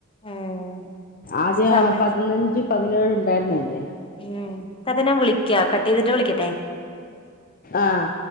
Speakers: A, on the left; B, on the left.
A: ഉം
B: ആദ്യം
A: സമയം
B: അ പതിനഞ്ച് പതിനേഴ് ഉണ്ടായിറ്ന്നതല്ലെ
A: ഉം താത്ത നാ വിളിക്കാ കട്ട് ചെയ്തിട്ട് വിളിക്കട്ടെ
B: ആഹ്